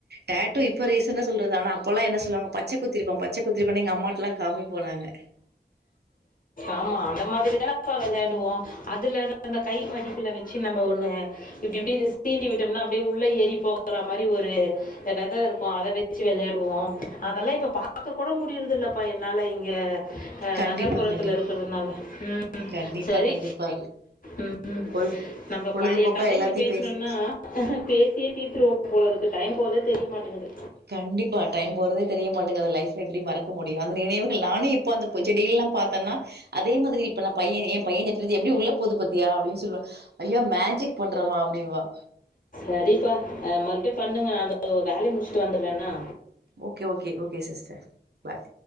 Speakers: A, on the right (about 70°); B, on the left (about 50°).
A: டேட்டோ இப்ப ரீசன்டா சொல்றது ஆனா அப்பல்லா என்ன சொல்லாங்க பச்ச குத்திருக்கோ பச்ச குத்தி <unintelligible> கொண்ட எங்க அம்மாட்லா காமிபோ நாங்க
B: ஆமா அந்த மாதிரி தான அப்ப வெளாடுவோ அதுலதா அந்த கை மடிப்புல வச்சு நம்ம ஒண்ணு இப்டி இப்டி சீண்டி விட்டோம்னா அப்டே உள்ள ஏறி போகற மாரி ஒரு விததா இருக்கு அத வச்சு விளையாடுவோ அதெல்லா இப்ப பாக்க கூட முடியறது இல்லப்பா என்னால இங்கே ஆ
A: கண்டிப்பா
B: நகர்ப்புறத்துல
A: கண்டிப்பா
B: இருக்கிறதுனால ம்
A: கண்டிப்பா
B: சரி
A: கண்டிப்பா
B: ம்
A: பொழுது
B: நம்ம
A: பொழுதுபோக்கா
B: பழைய கதைங்களை
A: எல்லாத்தையு
B: பேசணும்னா
A: பேசி
B: பேசியே தீர்த்துருவ போலருக்கு டைம் போரதே தெரிய மாட்டேங்குது
A: கண்டிப்பா டைம் போறதே தெரிய மாட்டேங்குது அந்த லைப்ல எப்டி மறக்க முடியு அந்த நினைவுகள் நானு இப்ப அந்த செடிகள்ல்லா பாத்தன்னா அதே மாதிரி இப்ப நா பையன் ஏ பையன் கிட்டுறது எப்டி உள்ள போது பாத்தியா அப்டினு சொல்லுவே ஐயோ மேஜிக் பண்றமா அப்புடிபா
B: நடிப்ப ஆ மறுபடியு பண்ணுங்க நா அந்த வேலைய முடிச்சுட்டு வந்துடுறே என்னா
A: ஓகே ஓகே ஓகே சிஸ்டர் பாய்